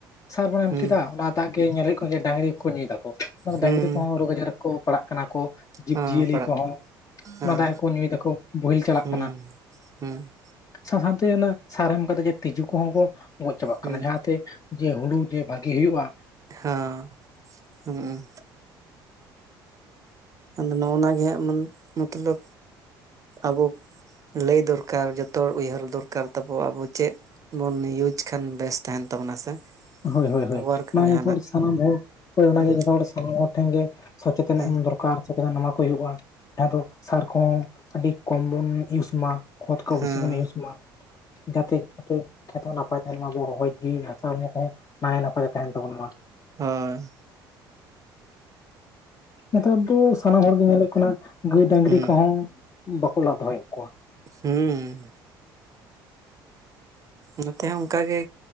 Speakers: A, on the left (about 30°); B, on the right (about 30°).
A: ᱥᱟᱨ ᱵᱚᱱ ᱮᱢ
B: ᱦᱩᱸ
A: ᱠᱮᱫᱟ ᱚᱱᱟ ᱫᱟᱜ ᱜᱮ ᱧᱮᱞᱮᱫ ᱠᱚ ᱰᱟᱹᱟᱝᱨᱤ ᱠᱚ ᱧᱩᱭᱮᱫᱟ ᱠᱚ᱾ ᱠᱚ᱾
B: ᱦᱩᱸ
A: ᱰᱟᱹᱟᱝᱨᱤ ᱠᱚᱦᱚᱸ ᱨᱳᱜᱽ ᱟᱡᱟᱨ ᱠᱚ ᱯᱟᱲᱟᱜ ᱠᱟᱱᱟ ᱠᱚ᱾ ᱡᱤᱵᱽ
B: ᱦᱮᱸ
A: ᱡᱤᱭᱟᱹᱞᱤ
B: ᱯᱟᱲᱟᱜ
A: ᱠᱚᱦᱚᱸ
B: ᱦᱮᱸ
A: ᱚᱱᱟ ᱫᱟᱜ ᱜᱮ ᱠᱚ ᱧᱩᱭ ᱫᱟᱠᱚ ᱵᱳᱦᱮᱞ ᱪᱟᱞᱟᱜ
B: ᱦᱩᱸ
A: ᱠᱟᱱᱟ᱾
B: ᱦᱩᱸ᱾
A: ᱥᱟᱶ ᱥᱟᱶᱛᱮ ᱚᱱᱟ ᱥᱟᱨ ᱮᱢ ᱠᱟᱛᱮ ᱛᱸᱤᱡᱩ ᱠᱚᱦᱚᱸ ᱠᱚ ᱜᱚᱡ ᱪᱟᱵᱟᱜ
B: ᱦᱩᱸ
A: ᱠᱟᱱᱟ ᱡᱟᱦᱟᱸᱛᱮ᱾ ᱡᱮ ᱦᱩᱲᱩ ᱡᱮ ᱵᱷᱟᱜᱤ ᱦᱩᱭᱩᱜᱭ-ᱟ᱾
B: ᱦᱚᱸ ᱦᱩᱸ᱾ ᱟᱫᱚ ᱱᱚᱜᱼᱚᱱᱟ ᱜᱮ ᱦᱟᱸᱜ ᱮᱢᱚᱱ ᱱᱚᱛᱮ ᱫᱚ ᱟᱵᱚ ᱞᱟᱹᱭ ᱫᱚᱨᱠᱟᱨ ᱡᱚ ᱛᱚ ᱦᱚᱲ ᱩᱭᱦᱟᱹᱨ ᱫᱚᱨᱠᱟᱨ ᱛᱟᱵᱚ ᱟᱵᱚ ᱪᱮᱫ ᱵᱚᱱ ᱤᱭᱩᱡᱽ ᱠᱷᱟᱱ ᱵᱮᱥ ᱛᱟᱦᱮᱱ ᱛᱟᱵᱚᱱᱟ ᱥᱮ᱾
A: ᱦᱳᱭ ᱦᱳᱭ
B: ᱵᱮᱵᱚᱦᱟᱨ
A: ᱦᱳᱭ
B: ᱠᱟᱵᱚ
A: ᱚᱱᱟᱜᱮ
B: ᱡᱟᱦᱟᱱᱟᱜ
A: ᱡᱷᱚᱛᱚ ᱦᱚᱲ, ᱦᱳᱭ ᱚᱱᱟᱜᱮ
B: ᱦᱮᱸ
A: ᱡᱷᱚᱛᱚ ᱦᱚᱲ ᱥᱟᱱᱟᱢ ᱦᱚᱲ ᱴᱷᱮᱱ ᱜᱮ ᱥᱚᱪᱮᱛᱚᱱ
B: ᱦᱮᱸ
A: ᱮᱢ ᱫᱚᱨ ᱠᱟᱨ ᱥᱚᱪᱮᱛᱚᱱ ᱮᱢᱟ ᱠᱚ ᱦᱩᱭᱩᱜᱼᱟ ᱡᱟᱦᱟᱸ ᱫᱚ ᱥᱟᱨ ᱠᱚᱦᱚᱸ ᱟᱹᱰᱤ ᱠᱚᱢ ᱵᱚᱱ ᱤᱭᱩᱡᱽ ᱢᱟ᱾ ᱠᱷᱚᱛ ᱠᱚ
B: ᱦᱮᱸ
A: ᱵᱮᱥᱤ ᱵᱚᱱ ᱤᱭᱩᱡᱽ ᱢᱟ᱾ ᱡᱟᱛᱮ <inaudible> ᱠᱷᱮᱛ ᱦᱚᱸ ᱱᱟᱯᱟᱭ ᱛᱟᱦᱮᱱ ᱢᱟ ᱟᱵᱚᱣᱟᱜ ᱦᱚᱭ ᱡᱤᱣᱤ ᱦᱟᱥᱟ ᱦᱚᱲᱢᱚ ᱠᱚᱦᱚᱸ ᱱᱟᱭ ᱱᱟᱯᱟᱭ ᱛᱮ ᱛᱟᱦᱮᱱ ᱛᱟᱵᱚᱱ ᱢᱟ᱾
B: ᱟᱸᱻ
A: ᱱᱮᱛᱟᱨ ᱫᱚ ᱥᱟᱱᱟᱢ ᱦᱚᱲ ᱜᱮ ᱧᱮᱞᱚᱜ ᱠᱟᱱᱟ ᱜᱟᱹᱭ ᱰᱟᱹᱝᱨᱤ
B: ᱦᱮᱸ
A: ᱠᱚᱦᱚᱸ ᱵᱟᱠᱚ ᱞᱟᱫ ᱫᱚᱦᱚᱭᱮᱫ ᱠᱚᱣᱟ᱾
B: ᱦᱩᱸ᱾ ᱱᱚᱛᱮ ᱦᱚᱸ ᱚᱱᱠᱟ ᱜᱮ